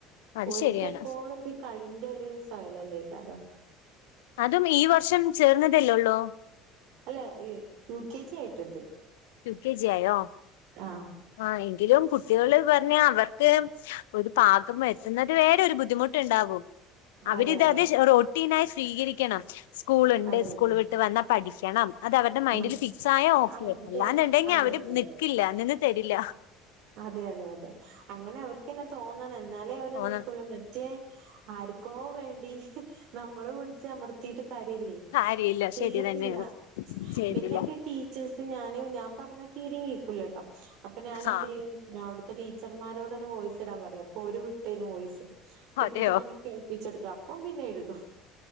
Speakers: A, on the left; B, on the right.
A: അത്
B: ഒരിക്ക
A: ശരിയാണ്
B: എപ്പോും ഒരു കളിറെ ഒരു സ്യലല്ലേ കാരണം
A: അതും ഈ വർഷം ചേർന്നതല്ലോള്ളോ
B: അല്ല യു കെ ജി ആയിട്ടുണ്ട്
A: കെ ജി ആയോ
B: ആഹ്
A: ആ എങ്കിലും കുട്ടികള് പറഞ്ഞ അവർക്ക് ഒരു പാകം എത്തുന്നത് വേറെ ഒരു ബുദ്ധിമുട്ട്ുണ്ടാവും അവരിതത്
B: അതെ അതെ
A: റൊട്ടീനായി സ്വീകരിക്കണം സ്കൂളുണ്ട്
B: അതെ
A: സ്കൂൾ
B: അതെ
A: വിട്ട് വന്ന പഠിക്കണം അത് അവരുടെ മൈൻഡ
B: ആഹ്
A: ഫിക്സ്ായയ ഓക്കെ
B: ആഹ് അതെ
A: അല്ലാന്നുണ്ടെങ്കി
B: അതെ
A: അവര്
B: അതെ
A: നക്കില്ല
B: അതെ
A: നിന്ന് തരില്ല
B: അതെ അതെ അതെ അങ്ങനെ അവർക്ക്ന്നെ തോന്നണം എന്നാലേ അവര്
A: പോന്ന
B: നൽക്കുള്ളൂ മറ്റേ ആർക്കോ വേണ്ടി നമ്മള് പിടിച്ച് അമർത്തിയിട്ട് കരില്ലേ
A: കാര്യല്ല
B: ചെയ്യത്തില്ല
A: ശരി തന്നെയാണ് ചെയ്തില്ല
B: പിന്നൊക്കെ ടീച്ചേഴ്സ് ഞാൻ ഞാൻ പറഞ്ഞാ തീരയും കേൾക്കല കേട്ടോ അപ്പൊ ഞാൻ എന്ത
A: ആഹ്
B: ചെയ്യും അവിടുത്തെ ടീച്ചർമാരോടൊന്ന് വോയിസ് ഇടാൻ പറയാം അപ്പൊ ഒരു വിട്ടേരും വോയിസ് വിട്ടിട്ടോങ്ങി
A: അതെയോ
B: കേൾപ്പിച്ചടുക്ക അപ്പൊ പിന്നെ എഴുതും